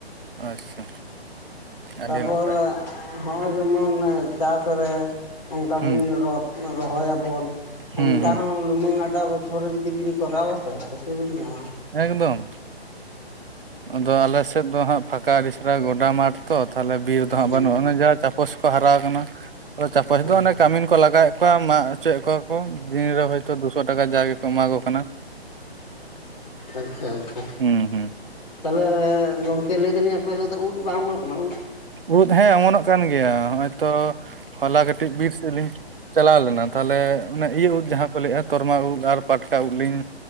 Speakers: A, on the right; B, on the left.
A: ᱟᱪᱪᱷᱟ ᱟᱹᱰᱤ
B: ᱛᱟᱯᱚᱨᱮ
A: ᱱᱟᱯᱟᱭ
B: ᱱᱚᱜ-ᱚᱭ ᱡᱮᱢᱚᱱ ᱪᱟᱥ ᱨᱮ ᱚᱝᱠᱟ
A: ᱦᱩᱸ
B: ᱵᱤᱱ ᱨᱚᱛ ᱨᱚᱦᱚᱭᱟ ᱵᱚᱱ
A: ᱦᱩᱸ
B: ᱚᱱᱠᱟ
A: ᱦᱩᱸ
B: ᱦᱚᱸ ᱞᱩᱢᱟᱹᱝ ᱟᱰᱟ ᱵᱚᱪᱷᱚᱨ ᱨᱮ ᱡᱩᱫᱤ ᱵᱤᱱ ᱠᱚᱨᱟᱣᱟ ᱥᱮ ᱵᱤᱱ ᱧᱟᱢᱟ
A: ᱦᱮᱸ ᱮᱠᱫᱚᱢ ᱟᱫᱚ ᱟᱞᱮ ᱥᱮᱫ ᱫᱚ ᱦᱟᱸᱜ ᱯᱷᱟᱠᱟ ᱟᱰᱤ ᱪᱮᱨᱦᱟ ᱜᱚᱰᱟ ᱢᱟᱴᱷ ᱛᱚ ᱛᱟᱞᱦᱮ ᱵᱤᱨ ᱫᱚ
B: ᱦᱮᱸ
A: ᱦᱟᱸᱜ ᱵᱟᱹᱱᱩᱜᱼᱟ ᱚᱱᱮ ᱡᱟᱦᱟᱸ ᱪᱟᱯᱚᱥ ᱠᱚ ᱦᱟᱨᱟ ᱟᱠᱟᱱᱟ ᱪᱟᱯᱚᱥ ᱫᱚ
B: ᱟᱪᱪᱷᱟ
A: ᱚᱱᱮ ᱠᱟᱢᱤᱱ ᱠᱚ ᱞᱟᱜᱟᱣᱮᱫ ᱠᱚᱣᱟ ᱢᱟᱜ ᱦᱚᱪᱚᱭᱮᱫ ᱠᱚᱣᱟ ᱠᱚ ᱫᱤᱱ ᱨᱮ ᱦᱚᱭᱛᱚ ᱫᱩᱥᱚ ᱴᱟᱠᱟ ᱡᱟᱜᱮ ᱠᱚ ᱮᱢᱟ ᱠᱚ ᱠᱟᱱᱟ
B: ᱟᱪᱪᱷᱟ ᱟᱪᱪᱷᱟ
A: ᱦᱩᱸ ᱦᱩᱸ
B: ᱛᱟᱞᱦᱮ ᱜᱚᱝᱠᱮ ᱞᱟᱹᱭ ᱫᱟᱞᱤᱧ ᱟᱯᱮ ᱥᱮᱫ ᱫᱚ ᱩᱫ ᱵᱟᱝ ᱚᱢᱚᱱᱜ ᱠᱟᱱᱟ ᱩᱫ?
A: ᱩᱲᱫ ᱦᱮᱸ ᱚᱢᱚᱱᱚᱜ ᱠᱟᱱ ᱜᱮᱭᱟ ᱱᱚᱜ-ᱚᱭ ᱛᱚ ᱦᱚᱞᱟ ᱠᱟᱹᱴᱤᱡ ᱵᱤᱨ ᱥᱮᱫ ᱞᱤᱧ ᱪᱟᱞᱟᱣ ᱞᱮᱱᱟ ᱛᱟᱞᱮ ᱚᱱᱮ ᱤᱭᱟᱹ ᱩᱫ ᱡᱟᱦᱟᱸ ᱠᱚ ᱞᱟᱹᱭᱮᱜ-ᱟ ᱛᱚᱨᱢᱟ ᱩᱫ ᱟᱨ ᱯᱟᱴᱠᱟ ᱩᱫ ᱞᱤᱧ